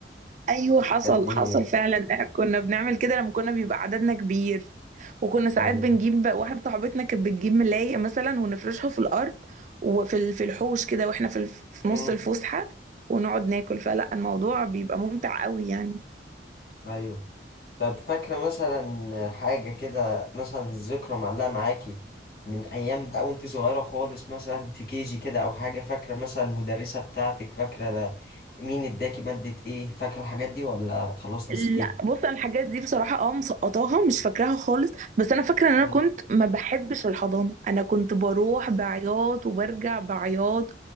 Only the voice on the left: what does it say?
دي
ايوه
امم
ايوه طب فاكرة مثلا حاجة كده مثلا ذكرى معلقة معاكي من أيام بقى وأنت صغيرة خالص مثلا في كيجي كده أو حاجة فاكرة مثلا المدرسة بتاعتك فاكرة ده مين اداكي مادة إيه فاكرة الحاجات دي ولا خلاص نسيتيها؟
مم.